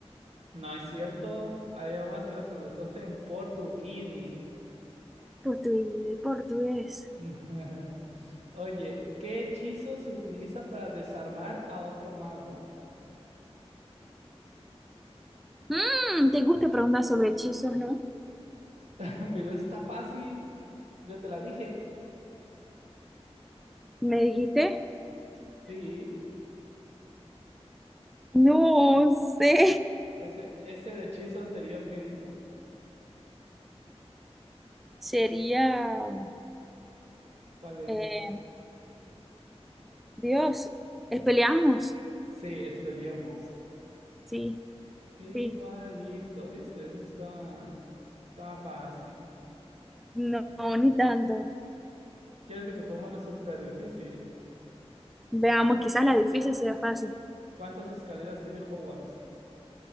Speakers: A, on the right; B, in the centre.
A: No es cierto. Hay más que las contestaste en portuguini.
B: pues estoy de portugués.
A: <laughs> Oye, ¿qué hechizo se utiliza para desarmar a otro mago?
B: Mm, ¿te gusta preguntar sobre hechizos, no?
A: <laughs> Pero eso está fácil. Yo te la dije.
B: ¿Me dijiste?
A: Sí,
B: No sé.
A: ese es el hechizo anterior que vimos.
B: <laughs> Sería,
A: ¿Cuál es?
B: eh, Dios, ¿es peleamos?
A: Sí, Expelliarmus.
B: Sí,
A: Igualito,
B: sí.
A: ¿viste? Eso está, está fácil.
B: No, ni tanto.
A: ¿Quieres que te ponga una súper difícil?
B: Veamos, quizás la difícil sea fácil.
A: ¿Cuántas escaleras tiene Hogwarts?